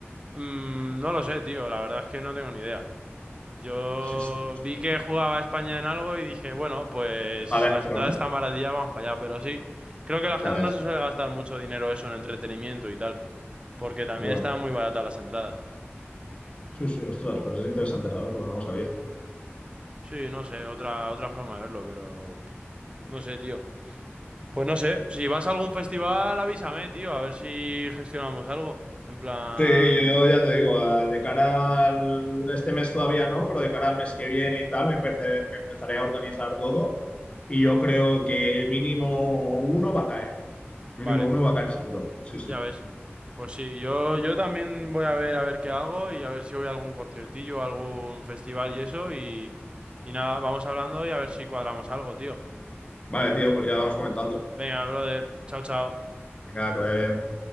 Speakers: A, on the right; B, on the left.
A: Mm, no lo sé, tío. La verdad es que no tengo ni idea. Yo
B: Sí, sí, me suena
A: vi que
B: que sí.
A: jugaba España en algo y dije, bueno, pues
B: Adentro,
A: las entradas
B: ¿no?
A: están baratillas, vamos para allá. Pero sí, creo que la gente
B: Ya ves.
A: no se suele gastar mucho dinero eso en entretenimiento y tal. Porque también
B: Bueno.
A: estaban muy baratas las entradas.
B: Sí, sí, ostras, pues es interesante saberlo, no lo sabía.
A: Sí, no sé, otra, otra forma de verlo, pero pff, no sé, tío. Pues no sé, si vas a algún festival, avísame, tío, a ver si gestionamos algo. En plan,
B: Sí, yo ya te digo, ah, de cara al este mes todavía no, pero de cara al mes que viene y tal, me empecé- me empezaré a organizar todo y yo creo que mínimo uno va a caer, mínimo
A: vale,
B: uno va a caer seguro, sí, sí.
A: ya ves. Pues sí, yo, yo también voy a ver a ver qué hago y a ver si voy a algún conciertillo, algún festival y eso y, y nada, vamos hablando y a ver si cuadramos algo, tío.
B: Vale, tío, pues ya vamos comentando.
A: Venga, brother, chao, chao.
B: Venga, que vaya bien.